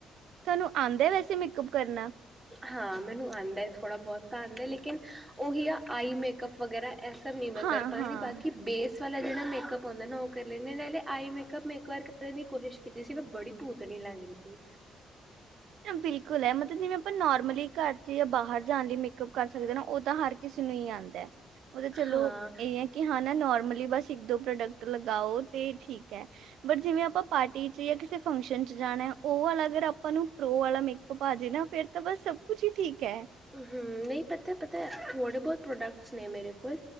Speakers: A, on the right (about 80°); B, on the right (about 15°).
A: ਤੁਹਾਨੂੰ ਆਉਂਦਾ ਵੈਸੇ ਮੇਕਅਪ ਕਰਨਾ
B: ਹਾਂ ਮੈਨੂੰ ਆਂ ਬਹੁਤ ਧਨਦੇ ਲੇਕਿਨ ਉਹੀ ਆ ਆਈ ਮੇਕਅੱਪ ਵਗੈਰਾ ਇਹ ਸਭ ਨਹੀਂ ਮੈਂ
A: ਹਾਂ
B: ਕਰ ਪਾਂਦੀ
A: ਹਾਂ
B: ਬਾਕੀ ਬੇਸ ਇਸ ਵਾਲ ਜਿਹੜਾ ਮੇਕਅੱਪ ਹੁੰਦਾ ਨਾ ਉਹ ਕਰ ਲੈਂਦੇਲੇ ਆਈ ਮੇਕਅੱਪ ਮੇ ਵ ਕਰਨ ਦੀ ਕੋਸ਼ਿਸ਼ ਕੀਤੀ ਸੀ ਮੈਂ ਬੜੀ ਭੂਤੱਣੀ ਲੱਗ ਰਹੀ ਸੀ
A: ਬਿਲਕੁੱਲ ਐ ਮਤਲਬ ਜਿਵੇਂ ਆਪਾਂ ਨੋਰਮਲੀ ਘਰ ਚ ਜਾਂ ਬਾਹਰ ਜਾਣ ਲਈ ਮੇਕਅਪ ਕਰ ਸਕਦੇ ਨਾ ਓ ਤਾਂ ਹਰ ਕਿਸ ਨੂੰ ਈ ਆਂਦੈ ਓ ਤਾਂ ਚਲੋ
B: ਹਾਂ
A: ਏ ਐ ਕਿ ਹਾਂ ਨਾ ਨੋਰਮਲੀ ਬਸ ਇੱਕ ਦੋ ਪ੍ਰੋਡਕਟ ਲਗਾਓ ਤੇ ਠੀਕ ਐ ਬਟ ਜਿਵੇਂ ਆਪਾਂ ਪਾਰਟੀ ਚ ਯਾ ਕਿਸੇ ਫ ਫੰਕਸ਼ਨ ਚ ਜਾਣਾ ਓ ਆਲਾ ਨੂੰ ਪ੍ਰੋ ਆਲਾ ਮੇਕਅਪ ਆਜੇ ਨਾ ਫੇਰ ਤਾਂ ਬਸ ਸਭ ਕੁੱਛ ਈ ਠੀਕ ਹੈ
B: ਹੂੰ ਨਈ ਪਤਾ-ਪਤਾ ਥੋੜੇ ਬਹੁਤ ਪ੍ਰੋਡਕਟਸ ਨੇ ਮੇਰੇ ਕੋਲ